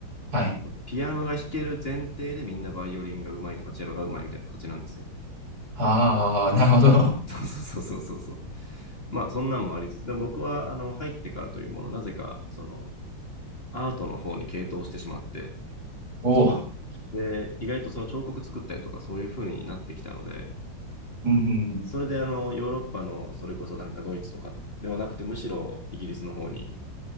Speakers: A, on the right; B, on the left.
A: はい。
B: ピアノが弾ける前提でみんなバイオリンがうまいとかチェロがうまいみたいな形なんですよ。
A: ああ、なるほど。
B: <laughs> そうそうそうそうそう。まあそんなんもありつつ、でも僕はあの入ってからというもの、なぜかそのアートの方に傾倒してしまって、
A: おお。
B: で、意外とその彫刻作ったりとかそういう風になってきたので、
A: うん、
B: それであのヨーロッパのそれこそなんかドイツとかではなくて、むしろイギリスの方に